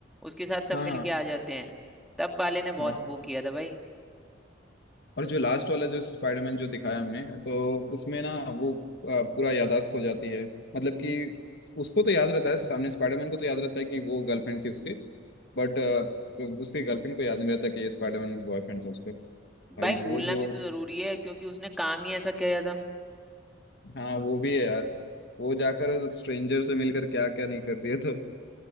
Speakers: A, in the centre; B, on the left.
A: उसके साथ सब
B: हाँ
A: मिलके
B: हाँ
A: आ जाते हैं तब वाले ने
B: हाँ
A: बहुत वो किया था भाई
B: और जो लास्ट वाला जो स्पाइडरमैन जो दिखाया हमने तो उसमें ना वो अ, पूरा याददाश्त हो जाती है मतलब कि उसको तो याद रहता है सामने स्पाइडरमैन को तो याद रहता है कि वो गर्लफ्रेंड थी उसकी बट उसकी गर्लफ्रेंड को याद नहीं रहता कि ये स्पाइडरमैन का बॉयफ्रेंड था उसका भाई
A: भाई
B: वो
A: भूलना
B: जो
A: भी तो जरूरी है क्योंकि उसने काम ही ऐसा किया था
B: हाँ वो भी है यार वो जाकर स्ट्रेंजर से मिलकर क्या क्या नहीं कर दिया था और